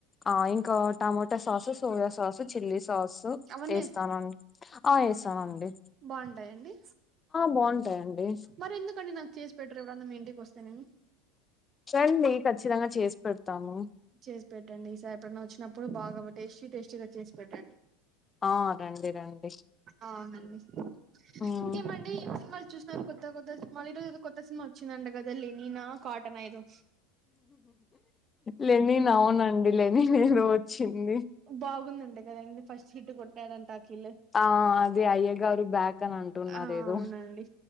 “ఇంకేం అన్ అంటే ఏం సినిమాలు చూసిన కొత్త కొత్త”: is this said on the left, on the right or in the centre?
Right